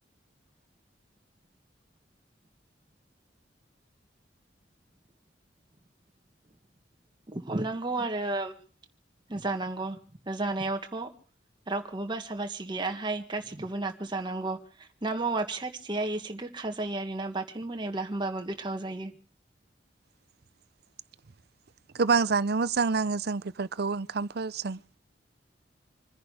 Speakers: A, on the right (about 25°); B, on the right (about 60°).
A: हमनांगौ आरो जानांगौ जानायावथ' रावखौबो बासा बासि गैयाहाय गासिखौबो नाखौ जानांगौ ना मावा फिसा फिसाया एसे गोखा जायो आरोना बाथोन बानायोब्ला होमबाबो गोथाव जायो।
B: <inaudible> गोबां जानो मोजां नाङो जों बेफोरखौ ओंखामफोरजों